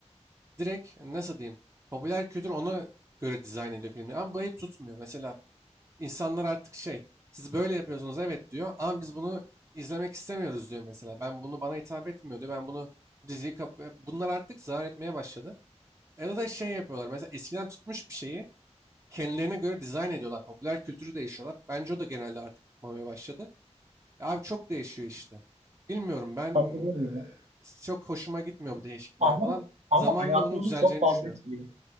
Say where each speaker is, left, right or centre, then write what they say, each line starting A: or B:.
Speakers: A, on the right (about 25°); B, on the right (about 80°).
A: Direkt nasıl diyeyim? Popüler kültür ona göre dizayn ediyor filmleri. Ama bu hep tutmuyor. Mesela insanlar artık şey, siz böyle yapıyorsunuz evet diyor. Ama biz bunu izlemek istemiyoruz diyor mesela. Ben bunu bana hitap etmiyor diyor. Ben bunu diziyi kap- bunlar artık zarar etmeye başladı. Ya da da şey yapıyorlar. Mesela eskiden tutmuş bir şeyi kendilerine göre dizayn ediyorlar. Popüler kültürü değişiyorlar. Bence o da genelde artık tutmamaya başladı. E abi çok değişiyor işte. Bilmiyorum ben
B: Katılıyorum
A: eee, çok hoşuma gitmiyor bu değişiklikler
B: Ama
A: falan.
B: ama
A: Zamanla
B: hayatımızı
A: bunun düzeleceğini
B: çok fazla
A: düşünüyorum.
B: etkiliyor.